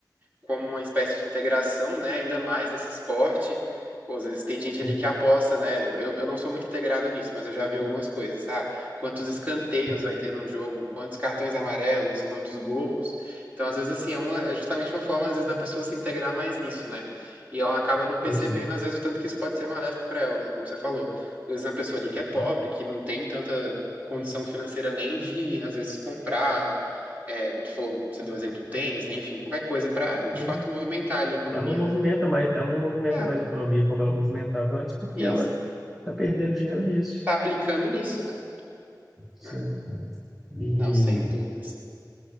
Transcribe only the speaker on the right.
como uma espécie de integração, né? Ainda mais nesse esporte. Pô, às vezes tem gente
ali que aposta, né? Eu, eu não sou muito integrado nisso, mas eu já vi algumas coisas, ah, quantos escanteios
vai ter num jogo, quantos cartões amarelos, quantos gols. Então, às vezes, assim, é, uma, é justamente uma forma, às vezes, da pessoa se integrar mais nisso, né? E ela acaba não percebendo,
às vezes, o tanto que isso pode ser maléfico para ela, né? Como você falou. Às vezes, uma pessoa ali que é pobre,
que não tem tanta condição financeira nem de, às vezes, comprar é, como você falou, você deu o exemplo do tênis, né? Enfim, qualquer coisa para de
fato movimentar ali a economia,
né?
É,
isso.
Tá aplicando nisso, né?
É,
Não, sem dúvidas.